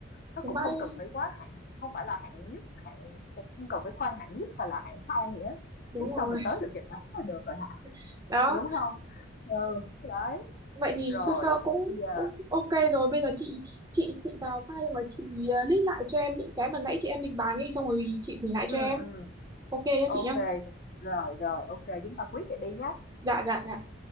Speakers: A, on the left; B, on the right.
A: nó
B: đúng
A: cũng
B: vậy
A: không cần phải quá hạng không phải là hạng nhất hạng không cần phải khoan hạng nhất hay là hạng sang gì hết
B: đúng
A: miễn
B: rồi
A: sao mình tới được Nhật Bản là được rồi hả
B: <laughs> đó
A: đúng không ừ đấy
B: vậy thì
A: rồi
B: sơ sơ cũng
A: thì bây giờ
B: cũng ok rồi bây giờ chị chị chị vào file và chị uh, list lại cho em những cái mà nãy chị em định bàn đi xong rồi chị gửi lại
A: ừ
B: cho em
A: ừ
B: ok nhá
A: ok
B: chị nhá
A: rồi rồi ok chúng ta quyết vậy đi nhá
B: dạ dạ dạ